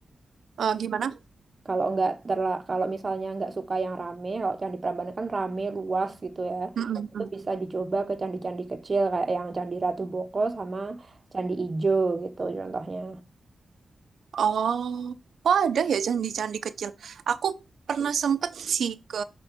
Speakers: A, on the right; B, on the right.
A: eh, gimana?
B: kalau nggak terla kalau misalnya nggak suka yang rame, kalau Candi Prambanan kan rame luas gitu ya.
A: Mm, mm,
B: Itu
A: mm.
B: bisa dicoba ke candi-candi kecil kayak yang Candi Ratu Boko sama Candi Ijo gitu contohnya.
A: Oh, oh ada ya candi-candi kecil. Aku pernah sempet sih ke